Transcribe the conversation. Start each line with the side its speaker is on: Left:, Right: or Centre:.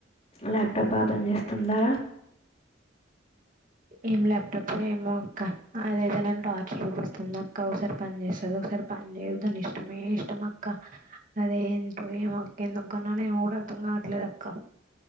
Left: ల్యాప్టాప్ బా పని చేస్తుందా
Right: ఏం ల్యాప్టాప్ ఏమో అక్క అదైతే నేను టార్చర్ చూపిస్తుంది అక్క ఒకసారి పని చేస్తుది ఒకసారి పని చేయదు దాని ఇష్టమే ఇష్టం అక్క అదే ఏంటో ఏమక్క ఎందుకున్నానో ఏమో కూడా అర్థం కావట్లేదు అక్క